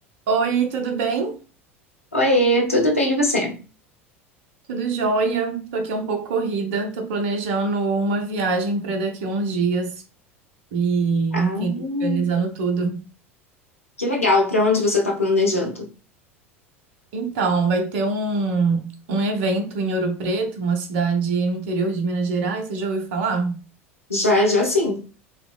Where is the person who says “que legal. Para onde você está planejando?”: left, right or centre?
Left